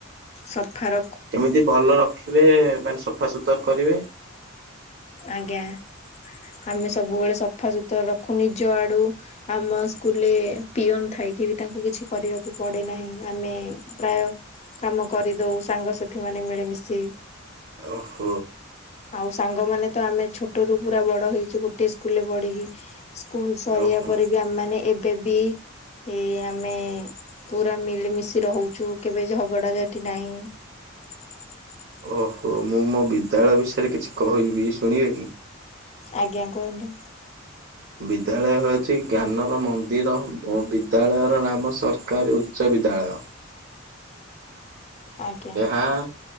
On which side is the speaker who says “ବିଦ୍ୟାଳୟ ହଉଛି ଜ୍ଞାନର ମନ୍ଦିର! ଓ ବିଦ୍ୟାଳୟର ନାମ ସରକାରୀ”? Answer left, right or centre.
Right